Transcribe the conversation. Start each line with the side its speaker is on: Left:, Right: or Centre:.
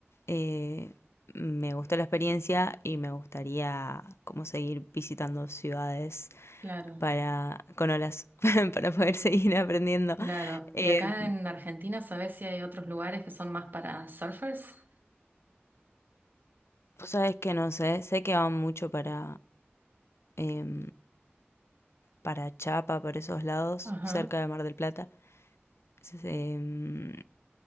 Left: eh, me gustó la experiencia y me gustaría como seguir visitando ciudades
Right: claro,
Left: para con olas <laughs> para poder seguir aprendiendo.
Right: claro.
Left: Em,
Right: ¿Y acá en Argentina sabés si hay otros lugares que son más para surfers?
Left: Vos sabés que no sé, sé que van mucho para, em, para Chapa, para esos lados,
Right: Ajá,
Left: cerca de Mar del Plata, S- em,